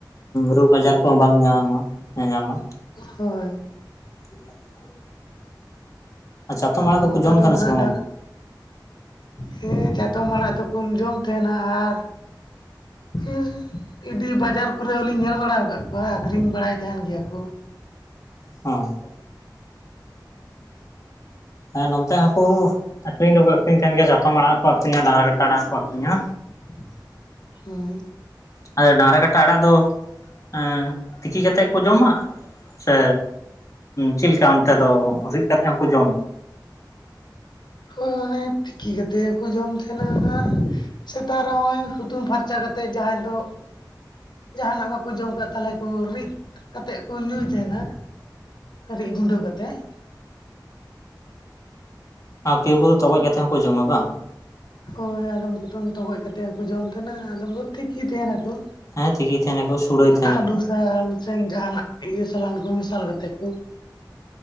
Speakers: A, on the left; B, on the left.
A: ᱨᱳᱜᱽ ᱟᱡᱟᱨ ᱠᱚᱦᱚᱸ ᱵᱟᱝ ᱧᱟᱢᱟ ᱧᱮᱧᱟᱢᱟ᱾
B: ᱦᱳᱭ
A: <unintelligible> ᱟᱨ ᱪᱟᱛᱚᱢ
B: ᱛᱟᱦᱞᱮ
A: ᱟᱲᱟᱜ
B: ᱱᱚᱱᱛᱮ
A: ᱫᱚᱠᱚ ᱡᱚᱢ
B: ᱫᱚ
A: ᱛᱟᱦᱮᱱᱟ
B: ᱱᱟᱜᱷ
A: ᱥᱮ ᱵᱟᱝ
B: ᱰᱟᱠ
A: ᱚᱱᱛᱮ?
B: ᱦᱮᱸ ᱪᱟᱛᱚᱢ ᱟᱲᱟᱜ ᱫᱚᱠᱚ ᱡᱚᱢ ᱛᱟᱦᱮᱱᱟ, ᱟᱨ ᱦᱮᱸ, ᱤᱫᱤ ᱵᱟᱡᱟᱨ ᱠᱚᱨᱮ ᱦᱚᱞᱤᱧ ᱧᱮᱞ ᱵᱟᱲᱟ ᱟᱠᱟᱫ ᱠᱚᱣᱟ ᱟᱠᱷᱨᱤᱧ ᱵᱟᱲᱟᱭ ᱛᱟᱦᱮᱱ ᱜᱮᱭᱟ ᱠᱚ᱾
A: ᱦ ᱦᱮᱸ ᱱᱚᱛᱮ ᱦᱚᱸᱠᱩ ᱟᱠᱷᱨᱤᱧ ᱫᱚᱠᱚ ᱟᱠᱷᱨᱤᱧ ᱛᱟᱦᱮᱱ ᱜᱮᱭᱟ ᱡᱟᱚᱛᱚᱢ ᱟᱲᱟᱜ ᱦᱚᱸᱠᱚ ᱟᱹᱷᱨᱤᱧᱟ, ᱰᱟᱝᱨᱟ ᱠᱟᱴᱟ ᱟᱲᱟᱜ ᱦᱚᱸᱠᱚ ᱟᱠᱷᱨᱤᱧᱟ᱾
B: <unintelligible> ᱦᱳᱭ
A: ᱟᱫᱚ ᱰᱟᱝᱨᱟ ᱠᱟᱴᱟ ᱟᱲᱟᱜ ᱫᱚ ᱮ ᱛᱤᱠᱤ ᱠᱟᱛᱮᱜ ᱠᱚ ᱡᱚᱢᱟ? ᱥᱮ ᱪᱮᱫ ᱞᱮᱠᱟ ᱚᱱᱛᱮ ᱫᱚ ᱨᱤᱫ ᱠᱟᱛᱮᱜ ᱦᱚᱸᱠᱚ ᱡᱚᱢᱟ?
B: ᱳᱭ ᱚᱱᱮ ᱛᱤᱠᱤ ᱠᱟᱛᱮᱫ ᱜᱮᱠᱚ ᱡᱚᱢ ᱛᱟᱦᱮᱱᱟ ᱟᱨ ᱥᱮᱛᱟᱜ ᱨᱮ ᱱᱚᱜᱼᱚᱭ ᱦᱩᱛᱩᱢ ᱯᱷᱟᱨᱪᱟ ᱠᱟᱛᱮᱜ ᱡᱟᱦᱟᱸᱭ ᱫᱚ ᱡᱟᱦᱟᱱᱟᱜ ᱵᱟᱠᱚ ᱡᱚᱢ ᱠᱟᱜ ᱛᱟᱞᱚᱞᱮ ᱠᱚ ᱨᱤᱫ ᱠᱟᱛᱮᱜ ᱠᱚ ᱧᱩᱭ ᱛᱟᱦᱮᱱᱟ᱾ ᱨᱤᱫ ᱜᱩᱸᱰᱟᱹ ᱠᱟᱛᱮᱜ᱾
A: ᱟᱨ ᱠᱮᱣ ᱠᱚᱫᱚ ᱛᱚᱜᱚᱡ ᱠᱟᱛᱮ ᱦᱚᱸᱠᱚ ᱡᱚᱢᱟ ᱵᱟᱝ?
B: ᱦᱳᱭ ᱟᱫᱚᱢ ᱠᱚᱫᱚᱢ ᱴᱠᱚᱚᱡ ᱠᱟᱛᱮᱫ ᱦᱚᱸ ᱠᱚ ᱡᱚᱢ ᱛᱟᱦᱮᱱᱟ, ᱟᱫᱚᱢ ᱠᱚ ᱛᱤᱠᱤ ᱛᱟᱸᱦᱮᱱᱟᱠᱚ᱾
A: ᱦᱮᱸ ᱛᱤᱠᱤᱭ ᱛᱟᱦᱮᱱᱟᱠᱚ ᱥᱩᱲᱟᱹᱭ ᱛᱟᱦᱮᱱᱟᱠᱚ
B: ᱟᱞᱩᱥᱟᱞ ᱥᱮ ᱡᱟᱦᱱᱟᱜ ᱤᱭᱟᱹ ᱥᱟᱞᱟᱢ ᱠᱚ ᱢᱮᱥᱟᱞ ᱠᱟᱛᱮ ᱠᱚ